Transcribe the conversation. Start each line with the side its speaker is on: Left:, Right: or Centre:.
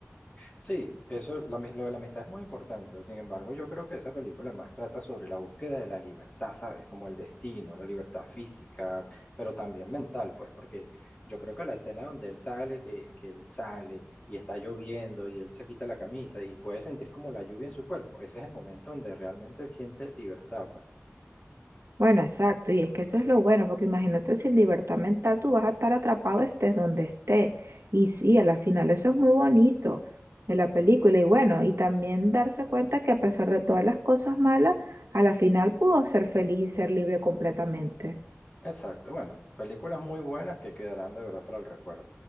Left: Sí, eso, la, mis- lo de la amistad es muy importante. Sin embargo, yo creo que esa película más trata sobre la búsqueda de la libertad, ¿sabes? Como el destino, la libertad física, pero también mental, pues, porque yo creo que la escena donde él sale, que, que él sale y está lloviendo y él se quita la camisa y puede sentir como la lluvia en su cuerpo, ese es el momento donde realmente él siente libertad, pues.
Right: Bueno, exacto, y es que eso es lo bueno, porque imagínate sin libertad mental tú vas a estar atrapado estés donde estés. Y sí, a la final eso es muy bonito de la película, y bueno, y también darse cuenta que a pesar de todas las cosas malas, a la final pudo ser feliz y ser libre completamente.
Left: Exacto, bueno, películas muy buenas que quedarán de verdad para el recuerdo.